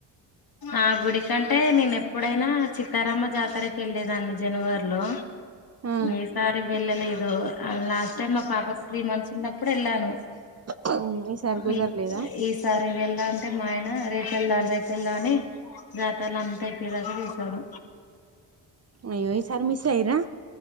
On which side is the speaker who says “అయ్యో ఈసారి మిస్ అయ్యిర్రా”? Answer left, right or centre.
Right